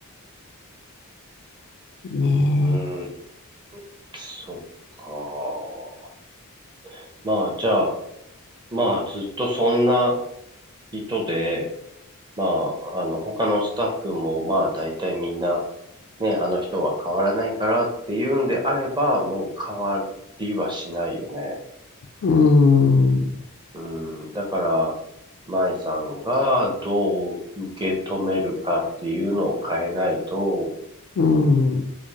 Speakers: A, on the left; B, on the right.
A: ね
B: うんそっか。まあ、じゃあ、まあ、ずっとそんな人で、まあ、あの、他のスタッフも、まあ、大体みんな、ね、あの人は変わらないからっていうんであれば、もう変わりはしないよね。
A: え。うん。
B: うん。だから、舞さんがどう受け止めるかっていうのを変えないと、
A: うん。